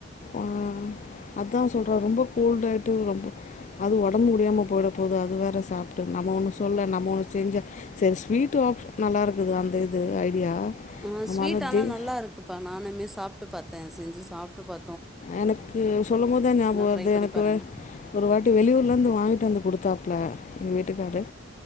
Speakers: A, on the left; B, in the centre.
A: ஆ அதா சொல்றே ரொம்ப கோல்ட் ஆயிட்டு ரொம்ப அது ஒடம்பு முடியாம போய்ட போது அது வேற சாப்ட்டு நம்ம ஒண்ணு சொல்ல நம்ம ஒண்ணு செஞ்சு செரி ஸ்வீட் ஹாப்ஷ் நல்லா இருக்குது அந்த இது ஐடியா
B: ஆ
A: நம்ம
B: ஸ்வீட் ஆனா
A: ஜெய்
B: நல்லா இருக்குப்பா நானுமே சாப்ட்டு பாத்த செஞ்சு சாப்ட்டு பா
A: எனக்கு சொல்லும்போதா ஞாபகோ வருது
B: ட்ரை பண்ணி
A: எனக்கு
B: பாருங்க
A: வெ ஒரு வாட்டி வெளியூர்ல இருந்து வாங் கிட்டு வந்து குடுத்தாப்ல எங்க வீட்டுக்காரு